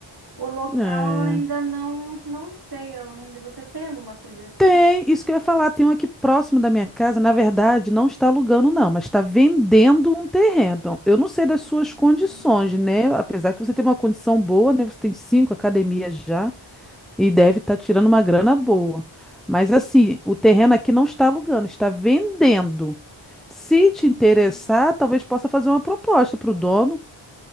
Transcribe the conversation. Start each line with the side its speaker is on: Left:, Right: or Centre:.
Right: O local
Centre: é.
Right: eu ainda não não sei aonde. Você tem alguma sugestão?
Centre: Tem, isso que eu ia falar, tem um aqui próximo da minha casa, na verdade, não está alugando não, mas está vendendo um terreno. Eu não sei das suas
Right: Hum,
Centre: condições, né? Apesar que você tem uma condição boa, né? Você tem cinco academias já e deve estar tirando uma grana boa. Mas assim, o terreno aqui não está alugando, está vendendo. Se te
Right: hum.
Centre: interessar, talvez possa fazer uma proposta para o dono. O